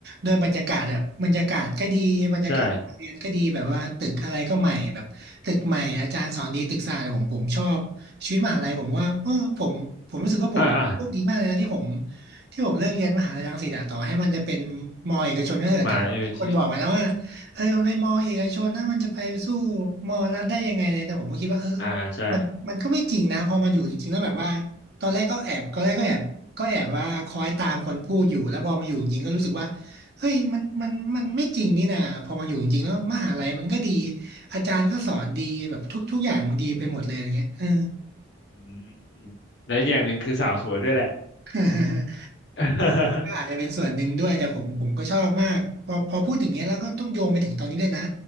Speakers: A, on the right; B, on the left.
A: ด้วยบรรยากาศแบบบรรยากาศก็ดีบรรยากาศการเรียนก็ดีแบบว่าตึกอะไรก็ใหม่แบบตึกใหม่อาจารย์สอนดีตึกสะอาดผมผมชอบชีวิตมหาลัยผมว่าเออผมผมรู้สึกว่าผมโชคดีมากเลยนะที่ผม
B: ใช่อ่าอ่า
A: ที่ผมเลือกเรียนมหาลัยรังสิตอะต่อให้มันจะเป็นมอเอกชนก็เถอะแต่ก็มีคนบอกมานะว่า
B: มาเออที่
A: เออมันเป็นมอเอกชนนะมันจะไปสู้มอรัฐได้ยังไงเนี่ยแต่ผมก็คิดว่าเออ
B: อ่าใช่
A: มันมันก็ไม่จริงนะพอมันอยู่จริงๆแล้วแบบว่าตอนแรกก็แอบตอนแรกก็แอบก็แอบว่าคอยตามคนพูดอยู่แล้วพอมาอยู่จริงๆก็รู้สึกว่าเฮ้ยมันมันมันไม่จริงนี่นะพอมาอยู่จริงๆแล้วมหาลัยมันก็ดีอาจารย์ก็สอนดีแบบทุกทุกอย่างมันดีไปหมดเลยอะไรเงี้ยเออ
B: อืมแล้วอย่างหนึ่งคือสาวสวยด้วยแหละ
A: <laughs>
B: <laughs>
A: ก็อาจจะเป็นส่วนหนึ่งด้วยแต่ผมผมก็ชอบมากพอพอพูดถึงเนี้ยแล้วก็ต้องโยงไปถึงตอนนี้เลยนะ